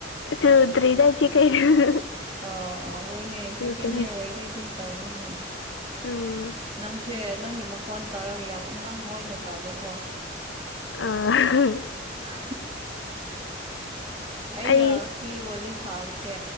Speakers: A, on the left; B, on the right.
A: ꯁꯨꯗ꯭ꯔꯤꯗꯥ ꯏꯆꯦ ꯀꯩꯅꯣ꯫
B: ꯑꯣ ꯑꯣ ꯍꯣꯏꯅꯦ
A: ꯁꯨꯗ꯭ꯔꯤ
B: ꯁꯦꯀꯦꯟ ꯏꯌꯥꯔ ꯑꯣꯏꯔꯗꯤ ꯑꯗꯨꯝ ꯇꯧꯒꯅꯤꯅꯦ꯫
A: ꯎꯝ
B: ꯅꯪꯁꯦ ꯅꯪꯒꯤ ꯃꯈꯣꯟ ꯇꯥꯔꯒ ꯌꯥꯝ ꯑꯉꯥꯡ ꯑꯣꯏꯅ ꯇꯥꯕꯀꯣ꯫
A: ꯑꯥ꯫
B: <inaudible> ꯑꯩꯅ
A: ꯑꯩ
B: ꯁꯤ ꯋꯥꯔꯤ ꯁꯥꯕꯁꯦ